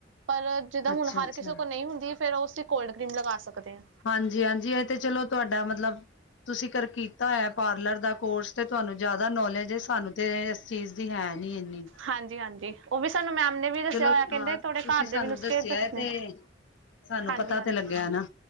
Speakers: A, on the right; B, on the left.
A: ਪਰ ਜਿੱਦਾਂ
B: ਅੱਛਾ-ਅੱਛਾ,
A: ਹੁਣ ਹਰ ਕਿਸੇ ਕੋਲ ਨਹੀਂ ਹੁੰਦੀ ਫਿਰਰ ਉਸ ਚ ਕੋਲਡ ਕਰੀਮ ਲਗਾ ਸਕਦੇ ਹਾਂ
B: ਹਾਂਜੀ ਹਾਂਜੀ ਇਹ ਤੇ ਚਲੋ ਤੁਹਾਡਾ ਮਤਲਬ ਤੁਸੀਂ ਕਰ ਕੀਤਾ ਹੈ ਪਾਰਲਰ ਦਾ ਕੋਰਸ ਤੇ ਤੁਹਾਨੂੰ ਜ਼ਿਆਦਾ ਨੌਲੇਜ ਹ ਸਾਨੂੰ ਤੇ ਇਸ ਚੀਜ਼ ਦੀ ਹੈ ਨੀ ਇੰਨੀ।
A: ਹਾਂਜੀ-ਹਾਂਜੀ ਉਹ ਵੀ ਸਾਨੂੰ ਮੈਮ ਨੇ ਵੀ ਦੱਸਿਆ
B: ਚਲੋ
A: ਹੋਇਆ ਕਹਿੰਦੇ
B: ਹਾਂ ਤੁਸੀਂ
A: ਥਹਾੜੇ ਘਰ
B: ਸਾਨੂੰ
A: ਦੇ ਵੀ ਨੁਸਖੇ
B: ਦੱਸਿਆ
A: ਦੱਸਣੇ।
B: ਏ ਤੇ ਸਾਨੂੰ
A: ਹਾਂਜੀ
B: ਪਤਾ
A: ਹਾਂਜੀ
B: ਤੇ ਲੱਗਿਆ ਨਾ।